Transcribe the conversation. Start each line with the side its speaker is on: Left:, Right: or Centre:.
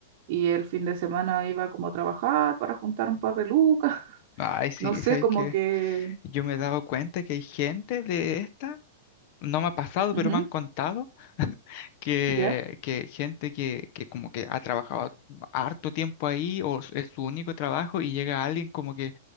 Right: y el fin de semana iba como a trabajar para juntar un par de lucas, <laughs>
Left: Ay, sí,
Right: no sé,
Left: ¿sabes
Right: como
Left: qué?
Right: que,
Left: Yo me he dado cuenta que hay gente de esta No me ha pasado,
Right: ujú,
Left: pero me han contado <laughs> que,
Right: ya,
Left: que gente que, que como que ha trabajado harto tiempo ahí o s- es su único trabajo y llega alguien como que